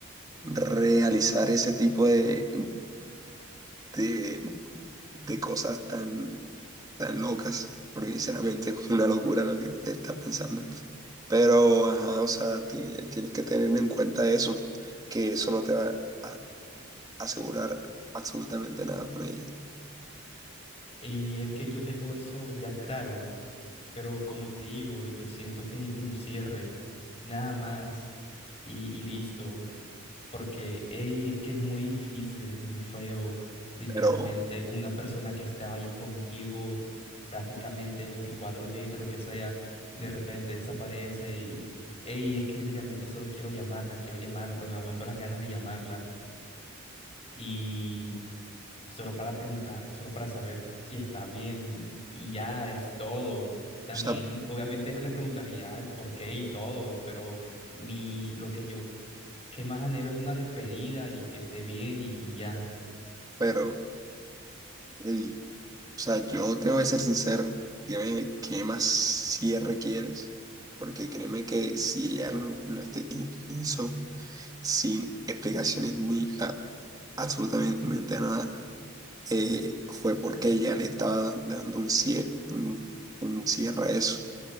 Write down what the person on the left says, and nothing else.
y es que yo tengo eso ya claro. Pero como te digo, yo siento que necesito un cierre, nada más, y, y listo, porque ey, es que es muy difícil, es muy feo, literalmente,
una persona que estaba ahí contigo prácticamente 24/7, lo que sea, de repente desaparece y, ey, es que literalmente solo quiero llamarla, quiero llamarla, pero me aguanto las ganas de llamarla y solo para preguntar, solo para saber si está bien y ya es todo. También,
obviamente, le preguntaría el por qué y todo, pero mi, lo que yo que más anhelo es una despedida y que esté bien y, y ya.